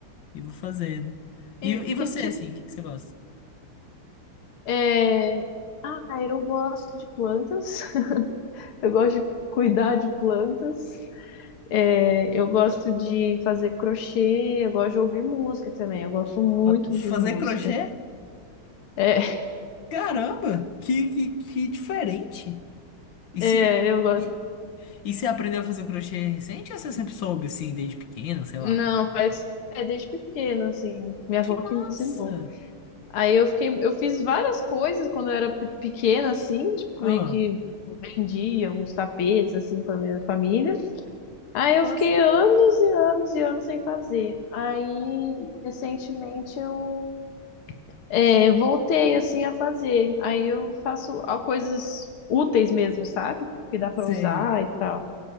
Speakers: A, on the left (about 65°); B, on the left (about 80°).
A: e vou fazendo.
B: E
A: E, e você,
B: que tipo?
A: assim, o que que você gosta?
B: é, Ah, eu gosto de plantas. Eu gosto de cuidar de plantas. É, eu gosto de fazer crochê. Eu gosto de ouvir música também. Eu gosto muito
A: Fa- Fazer
B: de música.
A: crochê?
B: É,
A: Caramba, que, que, que diferente.
B: <laughs>
A: E
B: é,
A: se,
B: eu gosto.
A: e, E você aprendeu a fazer crochê recente ou você sempre soube, assim, desde pequeno, sei
B: Não,
A: lá?
B: faz. É desde pequena, assim. Minha avó
A: Que massa!
B: que me ensinou. Aí eu fiquei. Eu fiz várias coisas quando eu era pe- pequena, assim. Tipo,
A: Ah,
B: meio que vendia uns tapetes, assim, pra minha família. Aí
A: que
B: eu
A: massa!
B: fiquei anos e anos e anos sem fazer. Aí, recentemente, eu é, voltei assim a fazer. Aí eu faço ah, coisas úteis mesmo, sabe? Que dá pra
A: Sei,
B: usar e tal.